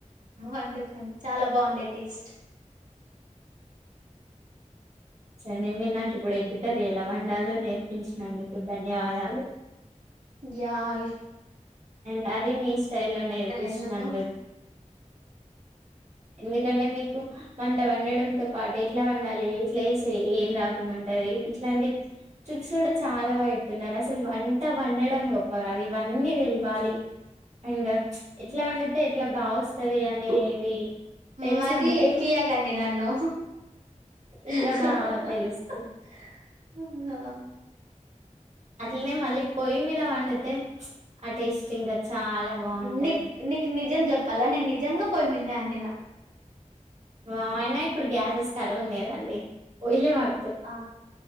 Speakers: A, on the right; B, on the right.
A: అందుకని చాలా బాగుంటాయి టేస్ట్
B: సరే మీరు నాకు ఇప్పుడు ఎగ్గట రీల వండాలో నేర్పించినందుకు ధన్యవాదాలు
A: యి
B: అండ్ అది మీ స్టైల్ లో నేర్పిస్తున్నాను
A: ఎందుకు
B: మీకు ఎందుకంటే మీకు వంట వండడంతో పాటు ఎట్లా వండాలి ఎట్లా వే ఏం రాకుండా ఉంటది ఇట్లాంటి స్ట్రిక్స్ కూడా చాలా బాగా చెప్తున్నారు అసలు వంట వండడం గొప్ప కాదు ఇవన్నీ వె బగా అండ్ ఎట్లా వండితే ఎట్లా బాగా వస్తుంది అనేవి తెలిసి
A: మరీ
B: ఉంటే
A: ఎక్కియాకండి నన్ను <unintelligible>
B: ఇంకా బాగా తెలుస్తది అట్లనే మళ్ళీ పొయ్యి మీద వండుతే ఆ టేస్ట్ ఇంకా చాలా బాగుంటది
A: నిక్ నీకు నిజం చెప్పాలా నేను నిజంగా పోయి మీదనే అండిన
B: వాహ్ అయినా ఇప్పుడు గ్యాసెస్ కరువ ఉంది కదండి పోయిలే వాళ్
A: ఆ